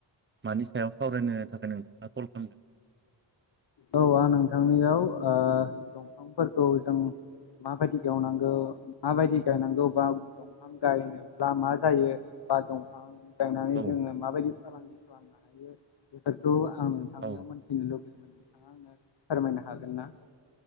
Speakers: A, on the right; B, on the left.
A: मानि सायाव सावरायनो थाखाय नोंथाङा कल खालामदों <inaudible>
B: औ आं नोंथांनियाव ओ दंफांफोरखौ जों माबायदि गेवनांगौ माबायदि गायनांगौ बा दंफां गायनोब्ला मा जायो बा दंफां <inaudible> गायनानै
A: औ
B: जोंङो माबायदि <inaudible> खौ आं नोंथांनिाव
A: औ
B: मोन्थिनो लुबैयो आंनो फोरमायनो हागोन ना <inaudible>